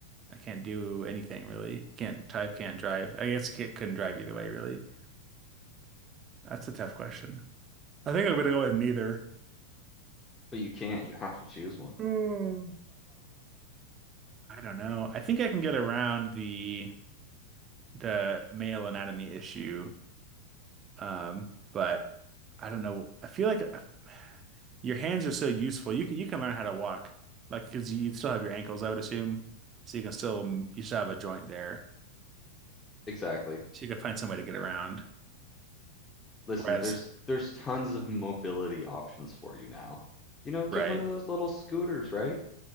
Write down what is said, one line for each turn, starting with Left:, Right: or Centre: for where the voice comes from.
Right: I can't do anything really. Can't type, can't drive. I guess you can couldn't drive either way, really. That's a tough question. I think I'm gonna go with neither.
Left: But you can't. You have to choose one.
Right: Hmm. I don't know. I think I can get around the the male anatomy issue Um, but I don't know. I feel like I- your hands are so useful. You can you can learn how to walk, like because you, you'd still have your ankles, I would assume. So you can still mm, you still have a joint there,
Left: <laughs> exactly.
Right: so you can find some way to get around.
Left: Listen,
Right: Whereas,
Left: there's there's tons of mobility options for you now. You know,
Right: right,
Left: get one of those little scooters, right?